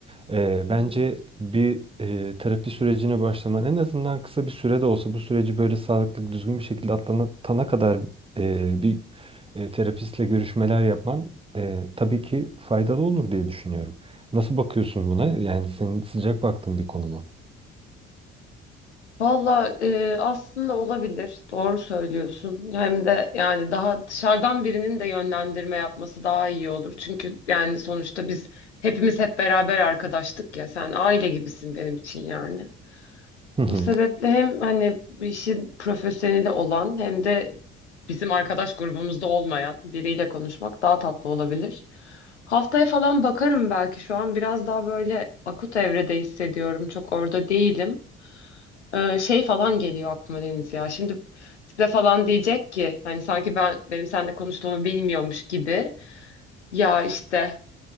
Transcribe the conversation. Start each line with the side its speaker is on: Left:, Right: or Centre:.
Right: eee, bence bir eee, terapi sürecine başlaman en azından kısa bir sürede olsa bu süreci böyle sağlıklı, düzgün bir şekilde atlatana kadar eee, bir eee, terapistle görüşmeler yapman e, tabii ki faydalı olur diye düşünüyorum. Nasıl bakıyorsun buna? Yani senin sıcak baktığın bir konu mu?
Left: Valla e, aslında olabilir. Doğru söylüyorsun. Hem de yani daha dışarıdan birinin de yönlendirme yapması daha iyi olur. Çünkü yani sonuçta biz hepimiz hep beraber arkadaştık ya. Sen aile gibisin benim için yani.
Right: Hı hı.
Left: O sebeple hem hani bu işin profesyoneli olan hem de bizim arkadaş grubumuzda olmayan biriyle konuşmak daha tatlı olabilir. Haftaya falan bakarım belki. Şu an biraz daha böyle akut evrede hissediyorum. Çok orada değilim. Ee, şey falan geliyor aklıma Deniz ya. Şimdi size falan diyecek ki hani sanki ben benim seninle konuştuğumu bilmiyormuş gibi. Ya işte